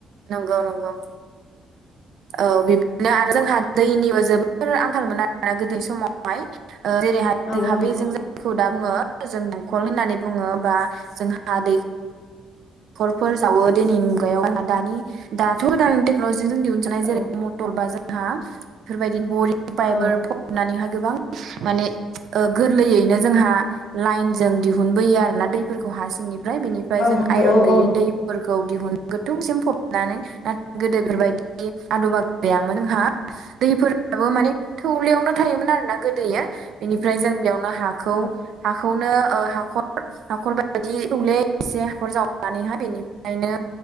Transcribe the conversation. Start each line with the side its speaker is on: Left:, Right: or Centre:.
Right: नंगौ नंगौ। औ बि आरो जोंहा दैनिबो जोबोर आंखाल मोन आरोना गोदो समावहाय ओ जेरैहाय
Left: औ
Right: जोंहा
Left: औ नंगौ
Right: बे जों जायखौ दा बुङो जों दंखल होननानै बुङो बा जोंहा दैख खलफोर जावो दिनैनि मुगायावहा दानि दाथ' <unintelligible> जों दिहुनजानाय
Left: औ
Right: जेरै मटर बा जोंहा बेफोरबायदि बरिं पाइपार
Left: औ
Right: हाबनानैहाय गोबां माने ओ गोरलैयैनो जोंहा लाइन जों दिहुनबोयो आरोना दैफोरखौ हा सिंनिफ्राय बेनिफ्राय
Left: औ
Right: जों
Left: नंगौ
Right: आइरन
Left: औ
Right: गैयै
Left: औ
Right: दै दैफोरखौ दिहुननो गोथौसिम फबनानै नाथाय गोदो बेफोरबायदि आदबा गैयामोन जोंहा। दैफोराबो माने थौलयावनो थायोमोन आरो ना गोदोयो बेनिफ्राय जों बेयावनो हा खौ
Left: औ
Right: हाखौनो ओ हाखर हाखर बायदि थौले एसे हाखर जाव साननानैहाय बेनिफ्रायनो